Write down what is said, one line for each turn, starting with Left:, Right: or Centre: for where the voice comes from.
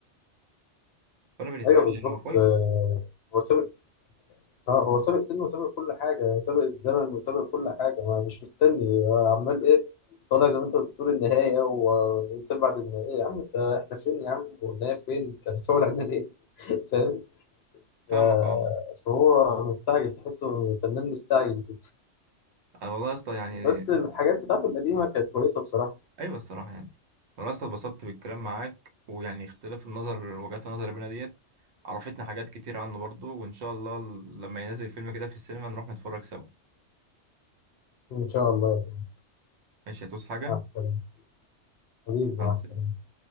Right: فانا بالنسبه
Left: ايوه
Right: لي
Left: بالظبط
Right: يعني هو كويس
Left: آه، هو ساب اه هو سابق سنه وسابق كل حاجة سابق الزمن وسابق كل حاجة ما مش مستني آه، عمال ايه طالع زي ما انت بتقول النهاية والإنسان بعد النهاية يا عم انت احنا فين يا عم والنهاية فين انت بتقول علينا ليه <laughs> فاهم
Right: فاهمك
Left: ف-
Right: اه
Left: فهو مستعجل تحسه فنان مستعجل كده.
Right: انا والله يا اسطى يعني
Left: بس الحاجات بتاعته القديمة كانت كويسة بصراحة
Right: ايوه الصراحه يعني والله يا اسطى اتبسطت بالكلام معاك ويعني اختلاف النظر وجهات النظر بينا ديت عرفتنا حاجات كتير عنه برضو وان شاء الله لما ينزل فيلم كده في السينما نروح نتفرج سوا
Left: إن شاء الله يعني.
Right: ماشي هتوس حاجه
Left: مع السلامة حبيبي
Right: مع
Left: مع
Right: السلامة.
Left: السلامة